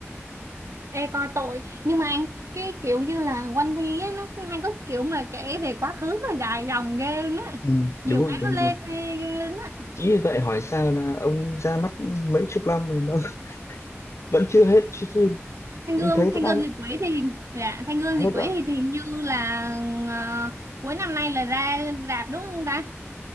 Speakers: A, on the right; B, on the left.
A: Ê coi tội nhưng mà anh cái kiểu như là One Piece ấy, nó cũng hay có kiểu mà kể về quá khứ nó dài dòng ghê luôn á
B: ừ,
A: nhiều
B: đúng rồi
A: cái
B: đúng
A: nó
B: rồi
A: lên
B: đúng rồi
A: ghê ghê luôn á
B: chính vì vậy hỏi sao là ông ra mắt mấy chục năm rồi mà <laughs> vẫn chưa hết chiếc phim
A: Thanh
B: nhưng
A: Gươm
B: thấy
A: Thanh
B: đã đang
A: Gươm Diệt Quỷ thì dạ Thanh Gươm
B: hết
A: Diệt
B: rồi
A: Quỷ thì thì hình như là ờ, cuối năm nay là ra rạp đúng không ta